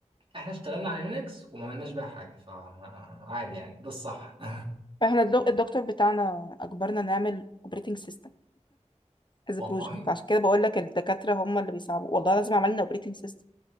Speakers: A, on the right; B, on the left.
A: احنا اشتغلنا على لينكس وما عملناش بيها حاجه فعادي يعني ده الصح <laughs>
B: احنا الدك- الدكتور بتاعنا اجبرنا نعمل اوبريتنج سيستم از
A: والله
B: بروجكت عشان كده بقول لك الدكاتره هم اللي بيصعبوا والله لازم عملنا اوبريتنج سيستم